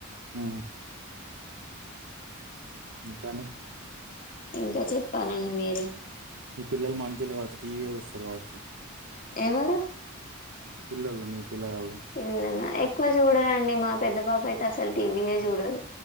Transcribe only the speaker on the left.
ఇంకా చెప్పాలండి మీరే
ఎవరు
పిల్లల ఎక్కువ చూడరుండి మా పెద్ద పాప అయితే అసలు టీవీయే చూడదు